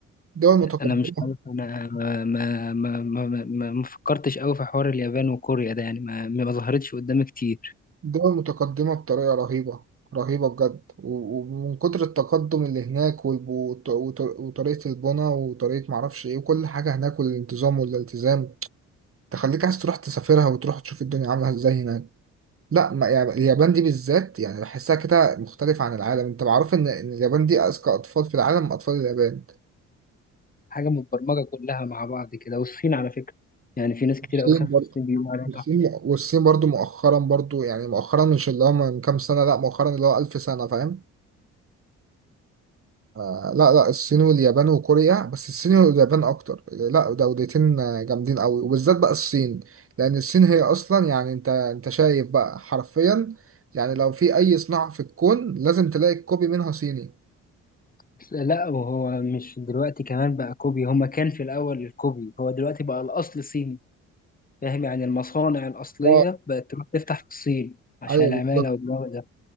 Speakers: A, on the right (about 45°); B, on the left (about 30°).
A: دول متقدمه
B: انا مش عارف انا ما ما ما ما, ما ما فكرتش قوي في حوار اليابان وكوريا ده يعني ما ما ظهرتش قدامي كتير
A: دول متقدمه بطريقه رهيبه رهيبه بجد و- ومن كتر التقدم اللي هناك والب- وط- وط- وطريقه البنى وطريقه معرفش ايه وكل حاجه هناك والانتظام والالتزام تخليك عايز تروح تسافرها وتروح تشوف الدنيا عامله ازاي هناك لا ما يعني اليابان دي بالذات يعني بحسها كده مختلفة عن العالم انت معروف ان إن اليابان دي اذكى اطفال في العالم اطفال اليابان
B: حاجة متبرمجة كلها مع بعض كده والصين على فكرة يعني في ناس كتير
A: الصين
B: قوي سافرت
A: برضه
B: الصين بيقولوا عليها
A: والصين
B: تحفة
A: والصين برضه مؤخرا برضه يعني مؤخرا مش اللي هو من كام سنة لا مؤخرا اللي هو ألف سنة فاهم آه لا لا الصين واليابان وكوريا بس الصين واليابان اكتر لا دولتين آه، جامدين قوي وبالذات بقى الصين لان الصين هي اصلا يعني انت انت شايف بقى حرفيا يعني لو في اي صناعة في الكون لازم تلاقي كوبي منها صيني
B: بس لا وهو مش دلوقتي كمان بقى كوبي هما كان في الاول الكوبي هو دلوقتي بقى الاصل صيني فاهم يعني المصانع الاصلية
A: اه
B: بقت تروح تفتح في الصين عشان
A: ايوه
B: العمالة
A: بالظبط
B: والجو ده